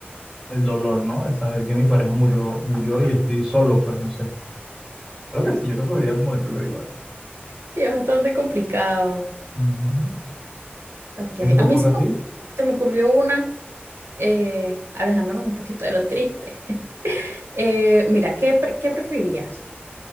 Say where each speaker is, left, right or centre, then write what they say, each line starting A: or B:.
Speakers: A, in the centre; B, on the right.
A: el dolor, ¿no? De saber que mi pareja murió, murió y yo estoy solo, pues no sé. Creo que sí, yo creo que debería morir primero igual.
B: Sí, es bastante complicado.
A: Ujú.
B: Ok,
A: ¿Qué se te
B: a
A: ocurre
B: mí se
A: a ti?
B: me, se me ocurrió una, eh, alejándonos un poquito de lo triste. <laughs> Eh, mira, ¿qué, pre- qué preferirías?